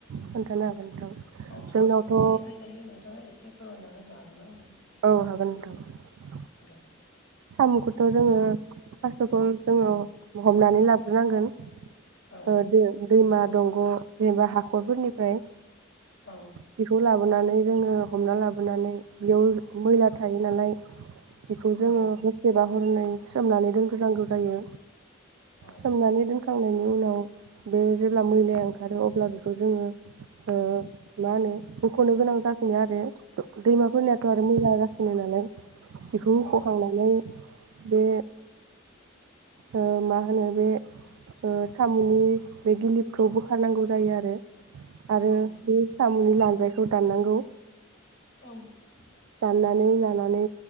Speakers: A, on the right; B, on the left.
A: खोन्थानो हागोन नोंथां
B: औ
A: जोंनावथ'
B: साम'खौ बोरैहाय जायो नोंथाङा एसे फोरमायना होनो हागोन आंनो।
A: औ हागोन नोंथा।
B: दे।
A: सामु खौथ' जोङो फास्थावथ'जोङो हमनानै लाबग्रो नांगोन।
B: औ
A: ओ दो दैमा दंग' जेनेबा हाखरफोरनिफ्राय
B: औ
A: बेखौ लाबोनानै जोङो हमना लाबोनानै बेयाव मैला थायो नालाय बेखौ जोङो
B: औ
A: जेनेबा हरनै सोमनानै दोग्रोनांगौ जायो।
B: औ
A: सोमनानै दोनखांनायनि बेनि उनाव बे जेब्ला मैलाया ओंखारो अब्ला बेखौ जोङो ओ मा होनो हख'नो गोनां जाफिनो आरो‌। दैमा फोरनियाथ आरो मैला गासि सिनो नालाय बेखौ
B: औ
A: हखांनाय बे ओ मा होनो बे ओ साम'नि बे गिलिपखौ बोखारनांगौ जायो आरो आरो
B: औ
A: बे सामु नि लान्जायखौ दाननांगौ।
B: <unintelligible>
A: नानै लानानै